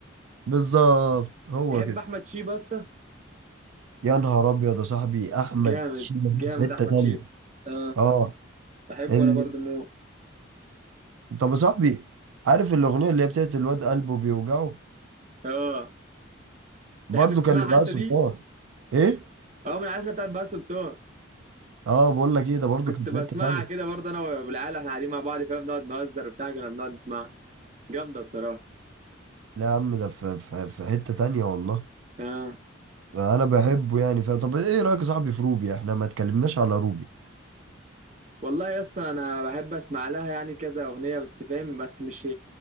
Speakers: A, on the right; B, on the right.
A: بالظبط هو
B: بتحب
A: كده
B: احمد شيب يا اسطى
A: يا نهار ابيض يا صاحبي احمد
B: جامد
A: شيبة دي
B: جامد
A: في حته
B: احمد
A: تانية
B: شيب اه
A: اه
B: بحبه
A: ال...
B: انا برضه موت
A: طب يا صاحبي عارف الاغنيه اللي هي بتاعت الواد قلبه بيوجعه
B: اه
A: برضو
B: تحب تسمعها
A: كان لبهاء
B: انت
A: سلطان
B: دي
A: ايه
B: اه من عارفها بتاعت بقى سلطان
A: اه بقول لك ايه ده برضو
B: كنت
A: كان في
B: بسمعها
A: حته تانية
B: كده برضه انا والعيال احنا قاعدين مع بعض فاهم بنقعد نهزر وبتاع كنا بنقعد نسمعها جامده بصراحه
A: لا يا عم ده في, في, في حته تانية والله
B: اه
A: انا بحبه يعني ف... طب ايه رايك يا صاحبي في روبي احنا ما اتكلمناش على روبي
B: والله يا اسطى انا بحب اسمع لها يعني كذا اغنيه بس فاهم بس مش